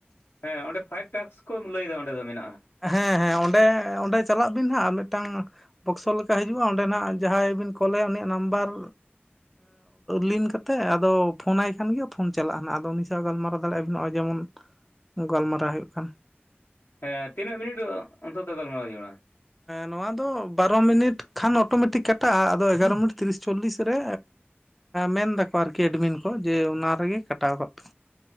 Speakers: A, on the left (about 60°); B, in the centre.
A: ᱦᱮᱸ ᱚᱸᱰᱮ ᱯᱷᱟᱭᱤᱵ ᱴᱟᱠᱥ ᱠᱚ ᱞᱟᱹᱭᱮᱫᱟ ᱚᱸᱰᱮ ᱫᱚ ᱢᱮᱱᱟᱜᱼᱟ
B: ᱦᱮᱸ ᱦᱮᱸ ᱚᱸᱰᱮ ᱚᱸᱰᱮ ᱪᱟᱞᱟᱜ ᱵᱤᱱ ᱦᱟᱜ ᱢᱤᱫᱴᱟᱝ ᱵᱚᱠᱥᱚ ᱞᱮᱠᱟ ᱦᱤᱡᱩᱜᱼᱟ ᱚᱸᱰᱮ ᱱᱟᱜ ᱡᱟᱦᱟᱸᱭ ᱵᱤᱱ ᱠᱚᱞᱮᱭᱟ ᱩᱱᱤᱭᱟᱜ ᱱᱟᱢᱵᱟᱨ ᱞᱤᱱ ᱠᱟᱛᱮᱜ ᱟᱫᱚ ᱯᱷᱳᱱ ᱟᱭ ᱠᱷᱟᱱ ᱜᱮ ᱯᱷᱳᱱ ᱪᱟᱞᱟᱜᱼᱟ ᱟᱫᱚ ᱩᱱᱤ ᱥᱟᱶ ᱜᱟᱞᱢᱟᱨᱟᱣ ᱫᱟᱲᱮᱭᱟᱜᱼᱟ ᱵᱤᱱ ᱱᱚᱜᱼᱚᱭ ᱡᱮᱢᱚᱱ ᱜᱟᱞᱢᱟᱨᱟᱣ ᱦᱩᱭᱩᱜ ᱠᱟᱱ
A: ᱦᱮᱸ ᱛᱤᱱᱟᱹᱜ ᱢᱤᱱᱤᱴ ᱚᱱᱛᱚ ᱛᱚ ᱜᱟᱞᱢᱟᱨᱟᱣ ᱦᱩᱭᱩᱜ ᱟ
B: ᱱᱚᱣᱟ ᱫᱚ ᱵᱟᱨᱚ ᱢᱤᱱᱤᱴ ᱠᱷᱟᱱ ᱚᱴᱳᱢᱮᱴᱤᱠ ᱠᱟᱴᱟᱜᱼᱟ ᱟᱫᱚ ᱮᱜᱟᱨᱳ ᱢᱤᱱᱤᱴ ᱛᱤᱨᱤᱥ ᱪᱚᱞᱞᱤᱥ ᱨᱮ ᱢᱮᱱ ᱫᱟᱠᱚ ᱟᱨᱠᱤ ᱮᱰᱢᱤᱱ ᱠᱚ ᱡᱮ ᱚᱱᱟ ᱨᱮᱜᱮ ᱠᱟᱴᱟᱣ ᱠᱚᱜ ᱯᱮ